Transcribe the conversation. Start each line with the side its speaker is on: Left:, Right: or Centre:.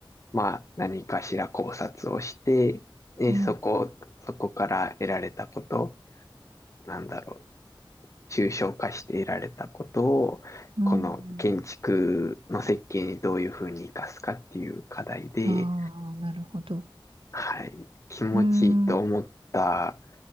Left: まあ、何かしら考察をして、で、
Right: うん、
Left: そこ、そこから得られたこと、なんだろう、抽象化して得られたことを、
Right: うん。
Left: この建築の設計にどういうふうに生かすかっていう課題で、
Right: ああ、なるほど。
Left: はい、気持ちいいと思った、
Right: うん、うん、